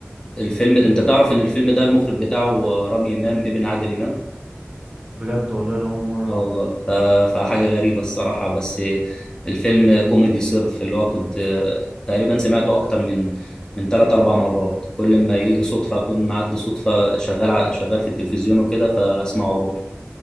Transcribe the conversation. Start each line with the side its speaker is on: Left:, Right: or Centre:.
Left: الفيلم انت تعرف ان الفيلم ده المخرج بتاعه آه، رامي امام ابن عادل امام
Right: بجد والله انا اول مرة
Left: اه
Right: اعرف
Left: والله ف... فحاجة غريبة الصراحة بس الفيلم كوميدي صرف اللي هو كنت تقريبا سمعته أكتر من من تلات أربع مرات كل ما يجي صدفة أكون معدي صدفة شغال ع- شغال في التلفزيون وكده فأسمعه برضه